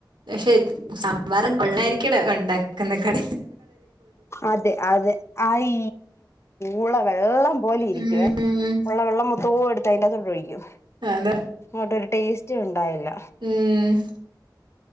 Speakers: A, on the right (about 85°); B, on the left (about 35°).
A: പക്ഷെ സംമ്പറം കൊള്ളായിരിക്കട ഉണ്ടാക്കുന്ന കട.
B: അതെ അതെ അഈ ള്ള വെള്ളം പോലെ ഇരിക്കുവേ
A: ഉം,
B: ഉള്ള വെള്ളം മൊത്തവും എടുത്ത് അതിന്റെ അകത്തട്ട് ഒഴിക്കും.
A: അതെ.
B: അങ്ങോട്ടരു ടേസ്റ്റ് ഉണ്ടായില്ല.
A: മ്. ഉം.